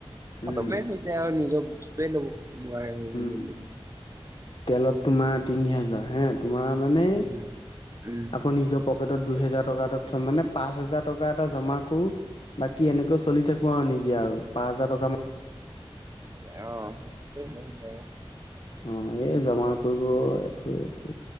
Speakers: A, on the right; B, on the left.
A: খতমে
B: উম
A: হৈ যায় আৰু নিজৰ বস্তুৱয়ে ল'ব নোৱাৰা হৈ
B: উম
A: গলোঁ।
B: তেলত তোমাৰ তিনি হাজাৰ হে তোমাৰ মানে
A: উম উম
B: আকৌ নিজৰ পকেটত দুই হেজাৰ টকা এ মানে পাঁচ হোজাৰ টকা এটা জমা কৰোঁ। বাকী এনেকৈ চলি থাকোঁ আৰু নিজে আৰু পাঁচ হাজাৰ টকা মান
A: অ', <unintelligible>
B: অ', এই জমা কৰিব থৈ আছো